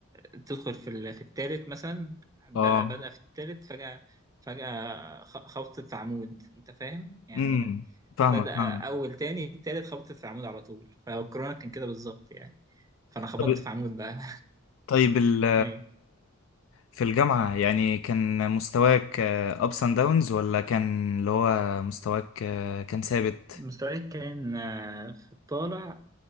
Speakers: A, on the right (about 15°); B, on the left (about 70°).
A: تدخل في ال- في التالت مثلا بدأ
B: اه
A: بدأ في التالت فجأة فجأة خ- خبطت في عمود أنت فاهم يعني
B: امم فاهمك
A: بدأ
B: فاهمك
A: أول تاني التالت خبطت في عمود على طول فالكورونا كان كده بالظبط يعني فأنا خبطت
B: طب
A: في عمود بقى
B: طيب ال
A: <laughs> أيوة
B: في الجامعة يعني كان مستواك آه، ups and downs ولا كان اللي هو مستواك آه، كان ثابت
A: مستواي كان آه، في الطالع